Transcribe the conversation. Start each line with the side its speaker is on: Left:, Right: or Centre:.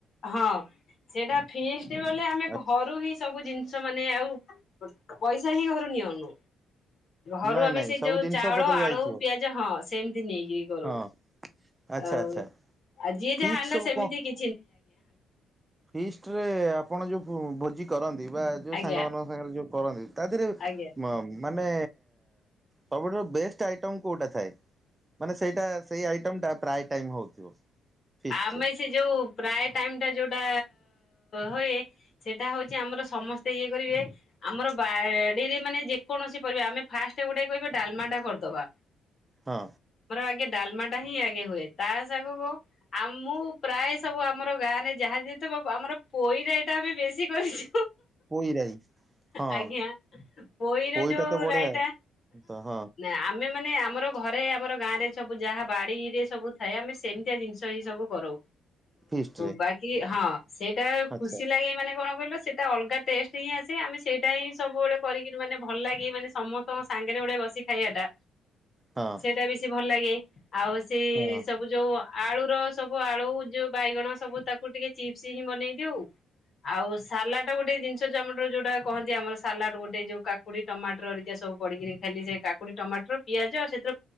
Left: ହଁ ସେଇଟା ଫିଷ୍ଟ ସେତେବେଳେ ଆମେ
Right: ଆଛା।
Left: ଘରୁ ହିଁ ସବୁ ଜିନିଷ ମାନେ ଆଉ। ପଇସା ହିଁ ଘରୁ ନିଅଉନୁ। ଘରୁ
Right: ନାଇଁ
Left: ଆମେ
Right: ନାଇଁ
Left: ସେ
Right: ସବୁ
Left: ଯୋଉ
Right: ଜିନିଷ
Left: ଚାଉଳ
Right: ପତ୍ର ଯାଇଥିବ
Left: ଆଳୁ ପିଆଜ ହଁ ସେମତି ନେଇକି କରୁ
Right: ହଁ ଆଚ୍ଛା
Left: ଆଉ
Right: ଆଚ୍ଛା
Left: ଯିଏ
Right: ଫିଷ୍ଟ
Left: ଯାହା ଆଣିଲା
Right: ସବୁ
Left: ସେମିତି
Right: କଣ?
Left: କି
Right: ଫିଷ୍ଟରେ ଆପଣ ଯୋଉ ଭୋଜି କରନ୍ତି। ଯୋଉ
Left: ଆଜ୍ଞା
Right: ସାଙ୍ଗମାନଙ୍କ ସାଙ୍ଗରେ ଯୋଉ। କହନ୍ତି। ତା ଦେହରେ
Left: ଆଜ୍ଞା।
Right: ମାନେ ସବୁଠାରୁ ବେଷ୍ଟ ଆଇଟମ୍ କଉଟା ଥାଏ। ମାନେ ସେଇଟା ସେଇ ଆଇଟମ ଟା ପ୍ରାୟ ଟାଇମ ହଉଥିବ। ଫିଷ୍ଟ
Left: ଆମେ
Right: ରେ
Left: ସେ ଯୋଉ ପ୍ରାୟ। ଟାଇମ ଟା ଯୋଉଟା ହୁଏ ସେଇଟା ହଉଛି ଆମର ସମସ୍ତେ ଇଏ କରିବେ ଆମର ବାଡିରେ ମାନେ ଯେକୌଣସି ପରିବା ଆମେ ଫାଷ୍ଟ ଗୋଟେ କହିବେ ଡାଲମାଟା କରିଦବା।
Right: ହଁ
Left: ମୋର ଆଗେ ଡାଲମା ହିଁ ଆଗେ ହୁଏ ତା ସାଙ୍ଗ କୁ ଆମ ପ୍ରାୟ ସବୁ ଆମର ଗାଁରେ ଯାହା ଯେତେ ଆମର ପୋଇ ଏଇଟା ଆମେ ବେଶୀ କରିଛୁ।
Right: ପୋଇ ରାଇ ହଁ
Left: ଆଜ୍ଞା ପୋଇର
Right: ପୋଇଟା
Left: ଯୋଉ
Right: ତ ବଢିଆ
Left: ରାଇତା
Right: ତ ହଁ
Left: ନା ଆମେ ମାନେ ଆମର ଘରେ ଆମର ଗାଁ ରେ ସବୁ ଯାହା ବାଡିରେ ସବୁ ଥାଏ ଆମେ ସେମିତିଆ ଜିନିଷ। ଏଇ ସବୁ କରୁ।
Right: ଫିଷ୍ଟ ରେ
Left: ବାକି ହଁ। ସେଇଟା
Right: ଆଚ୍ଛା
Left: ଖୁସି ଲାଗେ ମାନେ କଣ କହିଲ? ସେଇଟା ଅଲଗା ଟେଷ୍ଟ ହିଁ ଆସେ ଆମେ ସେଇଟା ହିଁ ସବୁବେଳେ କରିକି ମାନେ ଭଲ ଲାଗେ ମାନେ ସମସ୍ତଙ୍କ ସାଙ୍ଗରେ ଗୋଟେ ବସି ଖାଇବାଟା
Right: ହଁ
Left: ସେଇଟା ବେଶୀ ଭଲ ଲାଗେ। ଆଉ ସେ
Right: ହଁ
Left: ସବୁ ଯୋଉ ଆଳୁ। ସବୁ ଆଳୁ ଯୋଉ ବାଇଗଣ ସବୁ ତାକୁ ଟିକେ ଚିପ୍ସ ହିଁ ବନେଇ ଦିଉ ଆଉ ସାଲାଡ ଗୋଟେ ଜିନିଷ ଜମଟ ଯୋଉଟା କହନ୍ତି ଆମର ସାଲାଡ ଗୋଟେ ଯୋଉ କାକୁଡି ଟମାଟର ଏିକ ସବୁ ପଡିକି ଖାଲି ସେ କାକୁଡି ଟମାଟର ପିଆଜ ସେଥିରେ